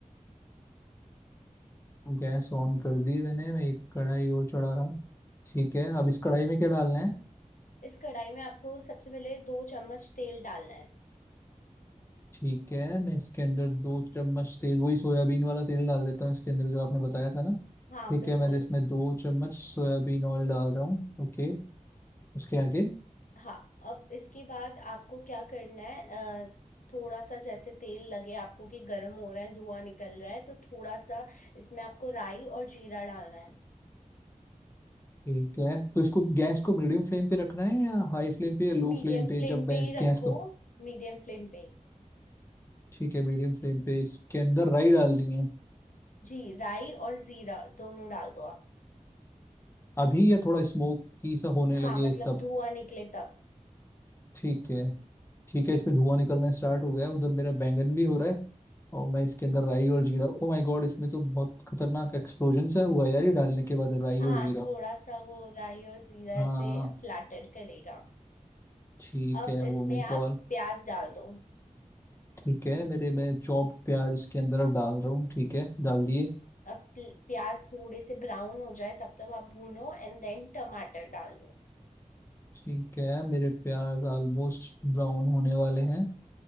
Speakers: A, on the left; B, on the left.
A: गैस ऑन कर दी मैंने मैं एक कढ़ाई और चढ़ा रहा हूँ ठीक है अब इस कढ़ाई में क्या डालना है
B: इस कढ़ाई में आपको सबसे पहले दो चम्मच तेल डालना है
A: ठीक है मैं इसके अंदर दो चम्मच तेल वही सोयाबीन वाला तेल डाल देता हूँ इसके अंदर जो आपने बताया था ना
B: हाँ
A: ठीक
B: बिल्कुल
A: है मैं इसमें दो चम्मच सोयाबीन ऑयल डाल रहा हूँ ओके उसके आगे
B: हाँ अब इसके बाद आपको क्या करना है अ, थोड़ा सा जैसे तेल लगे आपको कि गर्म हो रहा है धुआं निकल रहा है तो थोड़ा सा इसमें आपको राई और जीरा डालना है
A: ठीक है तो इसको गैस को मीडियम फ्लेम पे रखना है या हाई फ्लेम पे या लो
B: मीडियम
A: फ्लेम पे
B: फ्लेम
A: जब
B: पे
A: मैं
B: ही
A: इस
B: रखो
A: गैस को
B: मीडियम फ्लेम पे ही
A: ठीक है मीडियम फ्लेम पे इसके अंदर राई डालनी है
B: जी राई और जीरा दोनों डाल दो आप
A: अभी या थोड़ा स्मोक की सा होने
B: हाँ
A: लगे
B: मतलब
A: तब
B: धुआं निकले तब
A: ठीक है ठीक है इसमें धुआं निकलना स्टार्ट हो गया है। उधर मेरा बैंगन भी हो रहा है और मैं इसके अंदर राई और जीरा ओ माय गॉड इसमें तो बहुत खतरनाक एक्सप्लोजन सा हुआ यार ये डालने के बाद राई
B: हाँ
A: और जीरा
B: थोड़ा सा वो राई और जीरा
A: हाँ
B: से फ्लैटर करेगा
A: ठीक
B: अब
A: है वो
B: इसमें
A: मेरे
B: आप
A: को
B: प्याज डाल दो
A: ठीक है मेरे मैं चॉप प्याज इसके अंदर अब डाल रहा हूँ ठीक है डाल दिए
B: अब प्ल- प्याज थोड़े से ब्राउन हो जाए तब तक आप भूनो एंड देन टमाटर डाल दो
A: ठीक है मेरे प्याज ऑलमोस्ट ब्राउन होने वाले हैं